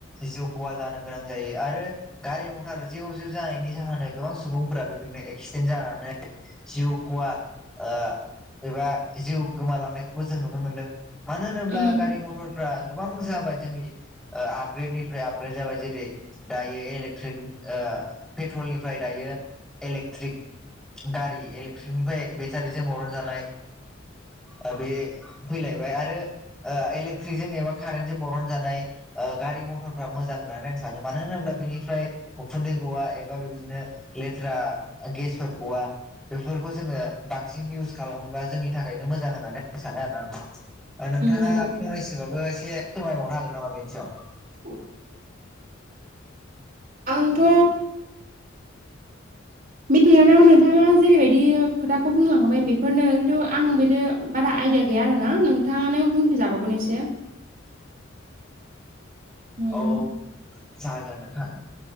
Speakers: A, in the centre; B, on the right (about 45°).
A: जिउ खहा जानो गोनां जायो आरो गारि मटरजे जेव-जेव जानायनि जाहोनाव गोबां सुबुंफोरा बेबायदिनो एक्सिडेन्ट जानानै जिउ खवा ओ एबा जिउ गोमालांनायखौबो जों नुनो मोनदों मानो होनोब्ला
B: उम
A: गारि मथटरफ्रा गोबां जाबाय जोंनि ओ आपग्रेडनिफ्राय आपग्रेड जाबाय जेरै दायो इलेक्ट्रिक ओ पेट्रलनिफ्राय दायो इलेक्ट्रिक गारि इलेक्ट्रिकनिफ्राय बेटारिजों बरन जानाय ओ बे फैलायबाय आरो ओ इलेक्ट्रिकजों एबा कारेन्टजों बरन जानाय ओ गारि मटरफ्रा मोजां होननानै आं सानो। मानो होनोब्ला बेनिफ्राय उखुन्दै गवा एबा बेबायदिनो लेथ्रा गेसफोर गवा बेफोरखौ जोङो बांसिन इउस खालामोबा जोंनि थाखायनो मोजां होननानै आं सानो आरो ना। नोंथाङा
B: नंगौ
A: फंनैसोबाबो एसे फोरमायबावनो हागोन नामा बेनि सायाव
B: <inaudible> आंथ' मिथियानाव नोंथाङा जेरैबायदि खोथाखौ बुंलाबाय बेफोरनो खिन्थु आं बिदि बारा आइडिया गैया आरोना नोंथाङानो बुंफिजाबावगोन एसे - उम
A: औ जागोन नोंथां।